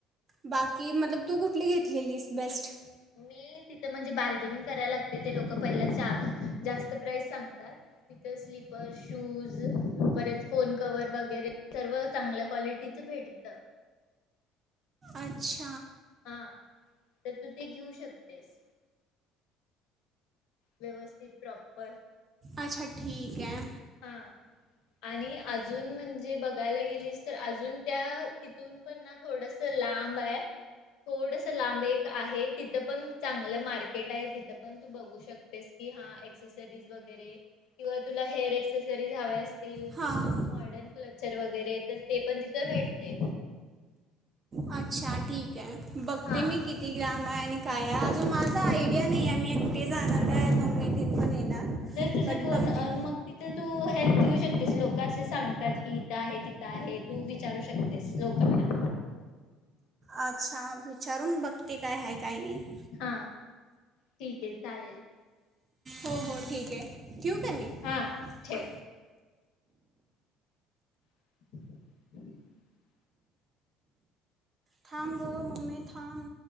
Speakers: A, on the right (about 35°); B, on the left (about 70°).
A: बाकी मतलब तू कुठली घेतलेलीस बेस्ट?
B: मी तिथं म्हणजे बार्गेनिंग करायला लागते ते लोक पहिला चा जास्त प्राइस सांगतात. तिथ स्लीपर, शूज परत फोन कव्हर वगैरे सर्व चांगल्या क्वालिटीच भेटत.
A: अच्छा
B: हा. तर तू ते घेऊ शकतेस. व्यवस्थित प्रॉपर
A: अच्छा ठीके ए.
B: हा आणि अजून म्हणजे बघायला गेलीस तर अजून त्या तिथून पण ना थोडस लांब हाय थोडस लांब एक आहे तिथ पण चांगलं मार्केट आहे तिथ पण तू बघू शकतेस की हा एक्सेसरीज वगैरे किंवा तुला हेअर एक्ससरिज हव्या तील
A: हां
B: मॉडन क्लचर वगैरे तर ते पण तिथ भेटते
A: अच्छा ठीक बघते
B: हा
A: मी किती ग्राम आहे आणि काय आहे अजून माझा आयडिया नायये मी ते जाणार काय? मम्मी तीन पण येणार
B: जर तुझ
A: बट
B: कोण
A: बघते
B: मग तिथ तू हेल्प घेऊ शक तेच लोक असे सांगतात की इथ आहे तिथ आहे तू विचारू शकतेस लोकांना
A: अच्छा विचारून बघते काय हाय काय नायी
B: हा ठीकये चालेल
A: हो हो ठीकये. ठेऊ काय मी
B: हा ठेव.
A: हा हा
B: रिकामा ऑडिओ <inaudible>
A: थांब ग मम्मे. थांब